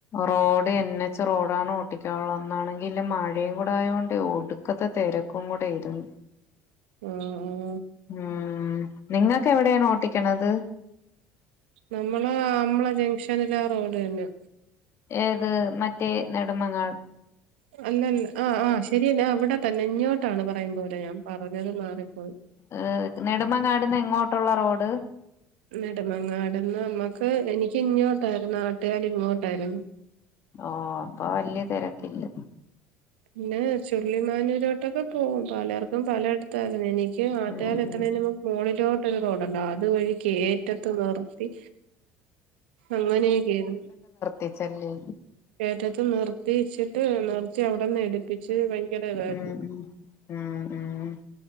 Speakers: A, on the left (about 50°); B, on the right (about 85°).
A: റോഡ് എൻ എച്ച് റോഡാണ്, ഓട്ടിക്കാനുള്ളന്നാണെങ്കി ഇല്ലേ മഴയും കൂടെ ആയ കൊണ്ടെ ഒടു ക്കത്തെ തെരക്കും കൂടെ ആയിരുന്നു.
B: ഉം ഉം
A: ഉം നിങ്ങക്ക് എവിടെയാണ് ഓട്ടിക്കണത്?
B: നമ്മളേ നമ്മളെ ജംഗ്ഷനിലെ ആ റോഡ് തന്നെ
A: ഏത് മറ്റേ നെടുമങ്ങാ
B: ഉ <unintelligible> അല്ലല്ല ആഹ് ആഹ് ശരിയാ ഞാൻ അവിടെത്തന്നെ ഇങ്ങോട്ടാണ് പറയും പോലെ ഞാൻ പറഞ്ഞത് മാറിപ്പോയി.
A: ഏഹ് നെടുമങ്ങാടന്ന് എങ്ങോട്ടുള്ള റോഡ്?
B: നെടുമങ്ങാടന്ന് നമ്മക്ക് എനിക്ക് ഇങ്ങോട്ടായിരുന്നു. ആറ്റുകാൽ ഇങ്ങോട്ടായിരുന്നു.
A: ഓ അപ്പൊ വല്യ തെരക്കില്ല.
B: പിന്നെ ചുള്ളിമാനൂരോട്ടൊക്കെ പോകും. പലർക്കും പലയിടത്തായിരുന്നു. എനി ക്ക് ആറ്റുകാൽ
A: ഉം
B: എത്തണതിനു
A: ഉം
B: മുമ്പ് മോളിലോട്ട് ഒരു റോഡുണ്ട്. അത് വഴി കേറ്റത്ത് നിർത്തി, അങ്ങനേക്കെയായിരുന്നു.
A: ച്ചല്ലേ
B: കേറ്റത്ത് നിർത്തി വച്ചിട്ട് നിർത്തി അവിടെന്ന് എടുപ്പിച്ച് ഇതായിരുന്നു
A: ഉം ഉം ആഹ് ആഹ്